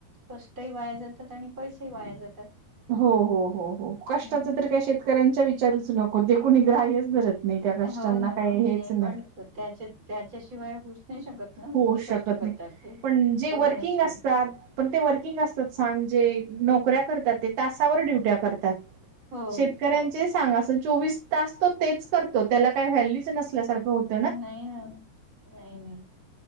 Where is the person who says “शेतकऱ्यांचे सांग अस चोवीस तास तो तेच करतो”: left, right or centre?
Right